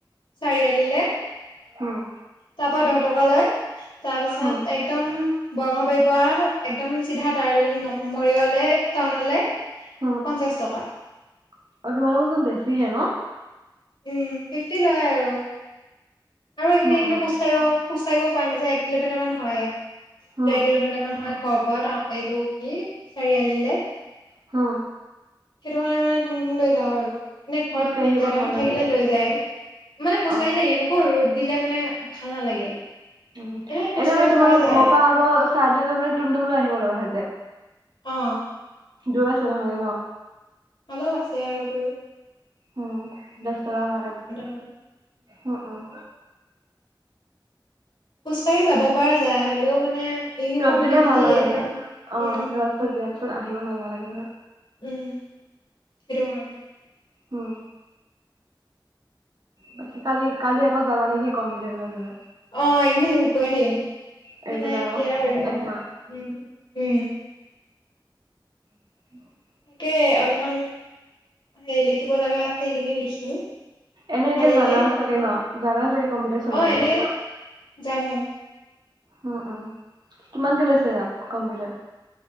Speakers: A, on the left; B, on the right.
A: চাৰিআলিলে।
B: অ'।
A: তাৰ পৰা দহ টকা লয়, তাৰ পিছত
B: উম
A: একদম বৰঙাবাৰীৰ পৰা একদম চিধা তাৰলে ন-মৰিগাঁওলৈ, টাউনলৈ
B: উম
A: পঞ্চাশ টকা।
B: অ', তোমালোকৰ চোন বেছি হে ন?
A: উম, ফিফটি লয় আৰু। আৰু এইখিনি-এইখিনি
B: উম উম
A: খোজ কাঢ়িব, খোজ কাঢ়িব পৰা নাযায়, এক কিলোমিটাৰ মান হয়েই।
B: উম
A: ডেৰ কিলোমিটাৰ মান হয় ঘৰৰ পৰা টাউন, এইটো কি চাৰিআলিলে
B: হম।
A: সেইটো কাৰণে মানে টুমটুম লৈ যাওঁ আৰু। এনে ঘৰত
B: খোজকাঢ়ি আহিব
A: দাদাহঁত
B: ভাল নালাগে
A: থাকিলে লৈ যায়। মানে খোজ
B: অ
A: কঢ়িলে এনেকুৱা ৰ'দ দিলে মানে ভাল নালাগে।
B: উম,
A: এনে খোজ
B: এনেই
A: কাঢ়িব
B: মানে তোমালোকৰ
A: পৰা যায়
B: ঘৰৰ পৰা আকৌ চাৰিআলিলৈ মানে টুমটুমলৈ আহিব লগা হৈ যায়।
A: অ'।
B: দূৰ আছে নহ'লে ন?
A: অলপ আছে আৰু দূৰ।
B: উম, দহ টকা ভাড়া লয়।
A: মান
B: উম, উম।
A: খোজ কঢ়ি যাব পৰা যায়, হ'লেও মানে ইউনিফৰ্ম
B: ৰ'দ দিলে
A: পিন্ধি
B: ভাল নালাগে
A: একদম
B: অ',
A: উম
B: ৰ'দ-ছদ দিয়া পিছত আহিব ভাল নালাগে নহয়।
A: উম, হেতুকাৰনে।
B: হম। বাকি কালি-কালি আকৌ যাবা নেকি কম্পিউটাৰ ক্লাছলৈ?
A: অ', এইকেইদিন গৈ থাকিম
B: ৰেগুলাৰ
A: মানে ক্লিয়াৰ
B: আৰু
A: কৰিম। অ',
B: একমাহ
A: উম। উম।
B: <unintelligible>
A: কে অলপমান, হেই লিখিব লগা আছে, সেইখিনি লিখিম।
B: এনে এতিয়া
A: কালিলে
B: জানা চাগে ন? জানা চাগে কম্পিউটাৰ চলাবলৈ?
A: অ এনে জানো
B: উম, উম, কিমানকে লৈছে ইয়াত কম্পিউটাৰত?